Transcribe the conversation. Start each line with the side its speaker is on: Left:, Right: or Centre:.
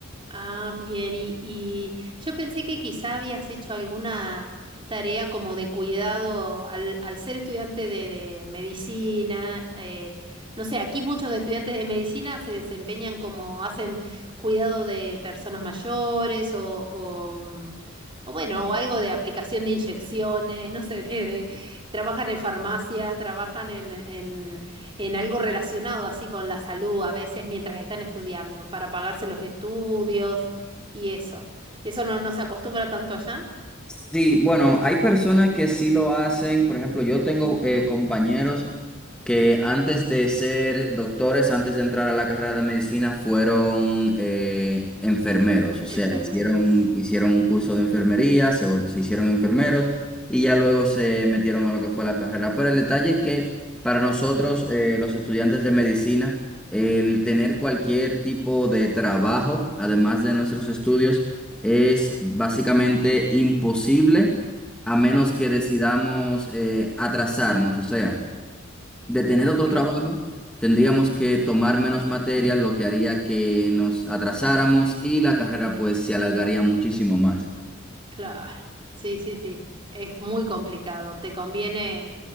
Right: Ah, bien, y, y yo pensé que quizá habías hecho alguna tarea como de cuidado al, al ser estudiante de, de medicina. eh, no sé, aquí muchos estudiantes de medicina se desempeñan como hacen cuidado de personas mayores o, o, mm, o bueno, o algo de aplicación de inyecciones, <laughs> no sé, de, de- trabajan en farmacias, trabajan en, en algo relacionado así con la salud a veces mientras están estudiando, para pagarse los estudios y eso. Eso no, no se acostumbra tanto allá.
Centre: Sí, bueno, hay personas que sí lo hacen. Por ejemplo, yo tengo eh, compañeros que antes de ser doctores, antes de entrar a la carrera de medicina, fueron eh, enfermeros. O sea,
Right: Enfermeros.
Centre: hicieron, hicieron un curso de enfermería, se, vol- se hicieron enfermeros y ya luego se metieron a lo que fue la carrera. Pero el detalle es que para nosotros, eh, los estudiantes de medicina, el tener cualquier tipo de trabajo, además de nuestros estudios, es básicamente imposible a menos que
Right: Sí,
Centre: decidamos eh, atrasarnos. O sea, de tener otro
Right: claro,
Centre: trabajo, tendríamos que tomar menos materias, lo que haría que nos atrasáramos y la carrera pues se alargaría muchísimo más.
Right: claro. Sí, sí, sí. Es muy complicado. Te conviene